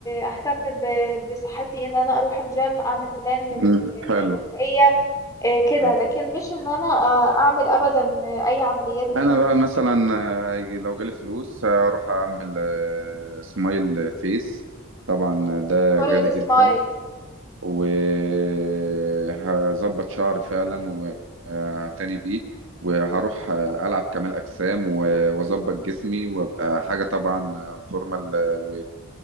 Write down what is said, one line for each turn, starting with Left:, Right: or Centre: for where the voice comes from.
Left: اهتم ب... بصحتي ان انا اروح الجيم اعمل بلان لل-
Right: أمم. حلو
Left: غذائيه إيه كده
Right: حلو.
Left: لكن مش ان انا آه، اعمل ابدا اي عمليات تجميل
Right: انا بقى مثلا آه، لو جالي فلوس هروح اعمل آه، سمايل فيس طبعا ده
Left: follow
Right: غالي
Left: the
Right: جدا
Left: smile
Right: وهظبط شعري فعلا وهعتني بيه وهروح
Left: مم.
Right: آه، العب كمال اجسام و- واظبط جسمي وابقى حاجه طبعا آه، فورمال آه، و...